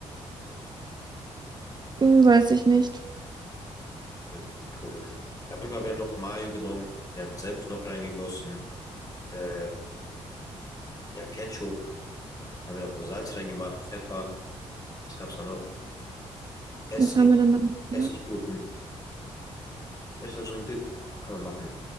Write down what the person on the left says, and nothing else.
Hm, komisch. Ja, auf jeden Fall, wir haben doch Mayo genommen, wir haben Senf noch reingegossen, äh, ja, Ketchup, haben wir noch so Salz reingemacht, Pfeffer, was gab's da noch? Essig,
Essiggurken. Ist halt so ein Dip, kann man machen.